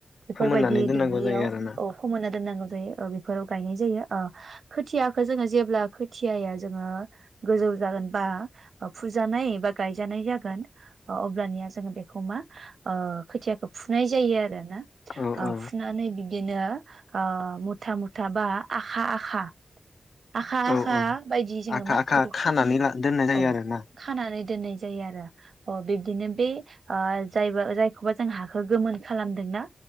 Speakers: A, on the right; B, on the left.
A: बेफोरबायदि
B: फोमोननानै दोननांगौ
A: दुब्लियाव
B: जायो आरोना
A: औ फोमोनना दोननांगौ जायो ओ बेफोराव गायनाय जायो अ खोथियाखो जोङो जेब्ला खोथिआया जोङो गोजौ जागोन बा फुजानाय बा गायजानाय जागोन अ अब्लानिया जोङो बे खौ मा ओ खोथियाखौ फुनाय जायो आरो ना
B: औ
A: आ
B: औ
A: फुनानै बि दिनो ओ मुथा मुथा बा आखा आखा आखा आखा
B: औ औ
A: बायदि जोङो
B: आखा
A: मा
B: आखा
A: बेखौ
B: खानानै
A: खा
B: ला दोननाय जायो
A: औ
B: आरोना
A: खानानै दोननाय जायो आरो अ बिब्दिनो बे ओ जाय जायखौबा जों हाखौ गोमोन खालामदोंना